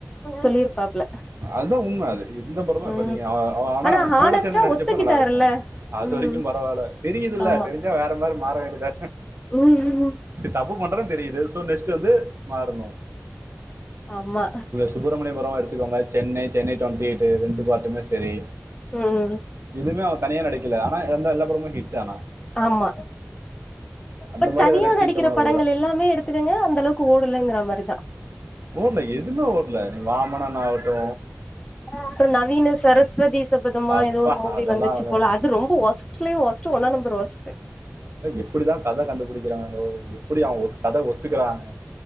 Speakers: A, on the left; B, on the right.
A: சொல்லிருப்பாப்ல
B: அதா உண்ம அது எந்த படமா
A: ம்
B: இப்ப நீங்க ஆனா அவெ
A: ஹானஸ்டா
B: கூட சேந்து நடிச்ச
A: ஒத்துக்கிட்டாருல்ல
B: கூட நல்லாருக்கு அது
A: ம்
B: வரைக்கு பரவால்ல தெரியுதுல
A: ஆமா
B: தெரிஞ்சா வேற மாரி மாற வேண்டி தா
A: ம் ம்
B: தப்பு பண்றன் தெரியுது சோ நெஸ்ட்டு வந்து மாறனு
A: ஆமா
B: சுப்புரமணியபுரோ எடுத்துக்கோங்க சென்னை சென்னை ட்வெண்ட்டி எய்ட்டு ரெண்டு பார்ட்டுமே செரி
A: ம்
B: எதுமே அவ தனியா நடிக்கல ஆனா வந்த எல்லா படமோ ஹிட்டு ஆனா
A: ஆமா
B: அந்த
A: பட்
B: மாதிரி
A: தனியா
B: எதாவது நடிச்சிருந்த
A: நடிக்கிற
B: படம்
A: படங்கள்
B: ஓடுற
A: எல்லாமே எடுத் துக்கங்க அந்த அளவுக்கு ஓடலங்கிற மாரிதா
B: ஓட்ல எதுமே ஓட்ல நீ வாமனனா ஆவட்டு
A: அப்றோ நவீன சரஸ்வதி சபதமா
B: அப்பா
A: எதோ ஒரு மூவி
B: அதெல்லாம்
A: வந்துச்சு
B: அவங்க
A: போல அது ரொம்ப ஒஸ் ட்டல ஒஸ்ட்டு ஒன்னா நம்பர் ஒஸ்ட்டு
B: அது எப்டிதா கத கண்டுபிடிக்கிறாங்களோ எப்டி அவங் ஒ கத ஒத்துக்கறாங்க